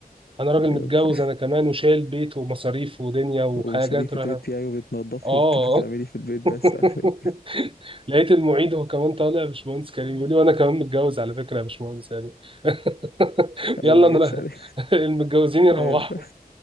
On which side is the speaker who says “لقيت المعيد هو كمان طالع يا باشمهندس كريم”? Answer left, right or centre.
Right